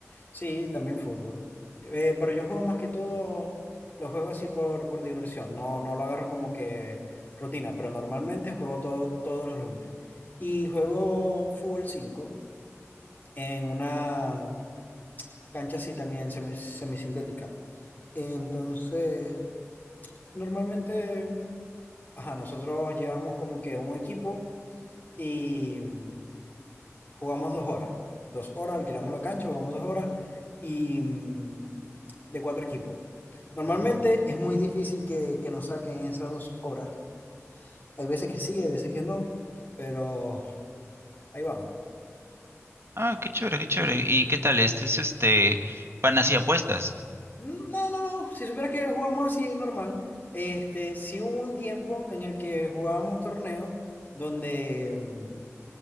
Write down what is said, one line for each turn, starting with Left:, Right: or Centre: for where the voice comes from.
Left: sí, también fútbol. Eh, pero yo juego más que todo, lo juego así por, por diversión. No, no lo agarro como que rutina, pero normalmente juego todo, todos los lunes. Y juego fútbol 5 en una cancha así también semi- semisintética. Entonces, Normalmente, ajá, nosotros llevamos como que un equipo y mm, jugamos dos horas. Dos horas, alquilamos la cancha, jugamos dos horas y mm, de cuatro equipos. Normalmente es muy difícil que, que nos saquen esas dos horas. Hay veces que sí, hay veces que no, pero ahí vamos.
Right: Ah, qué chévere, qué chévere. ¿Y qué tal? Este es este, van así apuestas.
Left: No, no, no. Si supieras que jugamos así normal, este, sí hubo un tiempo en el que jugábamos torneos donde mm,